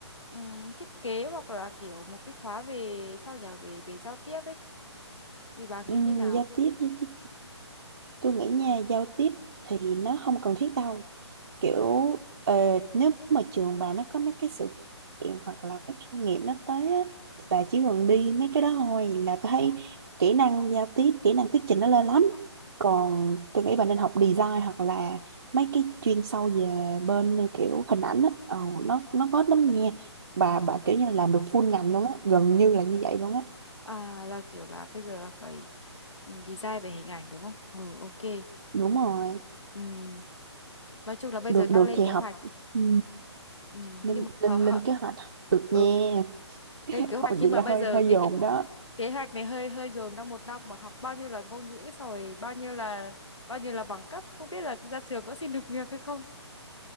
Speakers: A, on the left (about 80°); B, on the right (about 50°).
A: ừm, thiết kế hoặc là kiểu một cái khóa về sao nhở về về giao tiếp ấy thì bà
B: ừ,
A: nghĩ như nào
B: giao tiếp với thiết tôi nghĩ nha giao tiếp thì nó không cần thiết đâu kiểu ờ, nếu mà trường bà nó có mấy cái sự kiện hoặc là mấy kinh nghiệm nó tới á, bà chỉ cần đi mấy cái đó thôi là tôi thấy kỹ năng giao tiếp kỹ năng thuyết trình nó lên lắm còn tôi nghĩ bà nên học design hoặc là mấy cái chuyên sâu về bên ờ, kiểu hình ảnh á ờ, nó nó có lắm nha bà bà kiểu như là làm được full ngành luôn á gần như là như vậy luôn á
A: à là kiểu là bây giờ là phải ừ, design về hình ảnh đúng không ừ ok
B: đúng rồi
A: Ừm, nói chung là bây
B: được
A: giờ đang
B: được
A: lên
B: thì
A: kế
B: học
A: hoạch
B: ừ,
A: Ừm,
B: lên
A: nhưng mà
B: lên
A: hờ- hờ-
B: lên kế hoạch nha
A: ừ,
B: <laughs>
A: lên kế
B: học
A: hoạch nhưng
B: gì là
A: mà bây
B: hơi
A: giờ
B: hơi
A: cái,
B: dồn
A: cái
B: đó
A: kế hoạch này hơi hơi dồn trong một năm mà học bao nhiêu là ngôn ngữ xong rồi bao nhiêu là bao nhiêu là bằng cấp không biết là ra trường có xin được việc hay không